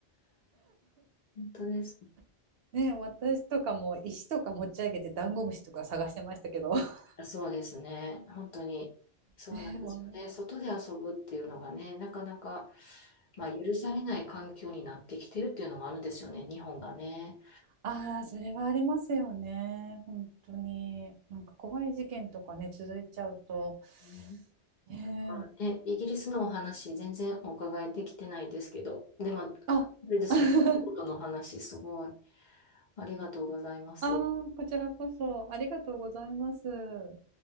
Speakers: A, on the left; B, on the right.
A: 本当です。
B: <laughs> ね、私とかも石とか持ち上げてダンゴムシとか探してましたけど。<laughs>
A: そうですね、本当にそうなんですよね、
B: ね、もう、
A: 外で遊ぶっていうのがね、なかなか、まあ、許されない環境になってきてるっていうのもあるんですよね、日本がね。
B: ああ、それはありますよね、本当に。なんか怖い事件とかね、続いちゃうと。
A: うん
B: ねえ、
A: なんかね、イギリスのお話、全然お伺いできてないですけど、でも、あ
B: あ、
A: れですね、
B: <laughs>
A: お仕事の話、すごい、ありがとうございます。
B: あー、こちらこそありがとうございます。